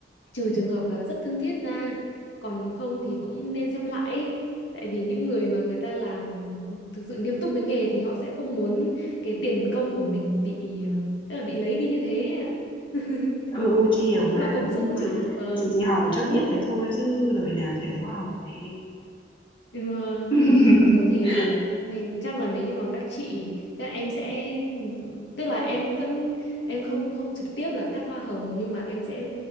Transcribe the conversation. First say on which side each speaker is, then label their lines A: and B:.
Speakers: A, on the left; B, on the left.
A: trừ trường hợp là rất thân thiết ra còn không thì cũng nên xem lại ấy. Tại vì những người mà người ta làm thực sự nghiêm túc với nghề thì họ sẽ không muốn cái tiền công của mình bị ờ, tức là bị lấy đi như thế ạ. <laughs>
B: ừ, ừ, chị hiểu
A: Nó
B: mà.
A: cũng là công
B: Ừ,
A: sức mà
B: Chị
A: vâng
B: chị chỉ hỏi cho biết thế thôi chứ đời nào chị lấy hoa hồng của em.
A: Ừ,
B: <laughs>
A: thì có gì ừ, mình chắc là nếu như mà các chị chắc em sẽ tức là em vẫn em không không trực tiếp là cắt hoa hồng nhưng mà em sẽ